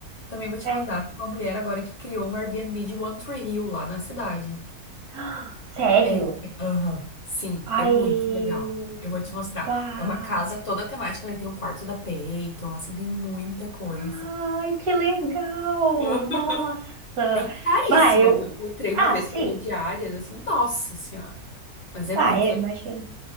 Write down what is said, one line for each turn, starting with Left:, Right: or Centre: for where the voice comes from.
Left: Também vou te
Right: é.
Left: mandar.
Right: <gasps>
Left: Tem uma mulher agora que criou um Airbnb de One Tree Hill lá na cidade.
Right: Ah, Sério?
Left: É, é, aham. Sim,
Right: Ai,
Left: é muito legal. Eu vou te mostrar.
Right: bah.
Left: É uma casa toda temática, né? Tem o quarto da Peyton, assim, tem muita coisa.
Right: Ai, que legal!
Left: <laughs>
Right: Nossa!
Left: É caríssimo.
Right: Vai, eu.
Left: Eu entrei
Right: Ah,
Left: uma vez
Right: sim.
Left: pra ver diárias, assim, nossa senhora. Mas é
Right: Ah,
Left: muito
Right: eu
Left: legal.
Right: imagino.